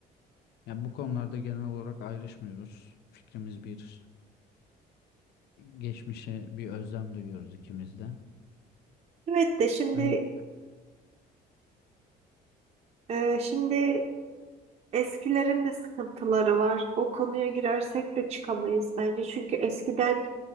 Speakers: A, on the left; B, on the right.
A: Yani bu konularda genel olarak ayrışmıyoruz. Fikrimiz bir. Geçmişe bir özlem duyuyoruz ikimiz de.
B: Evet de şimdi
A: Hani
B: e, şimdi eskilerin de sıkıntıları var. O konuya girersek de çıkamayız bence. Çünkü eskiden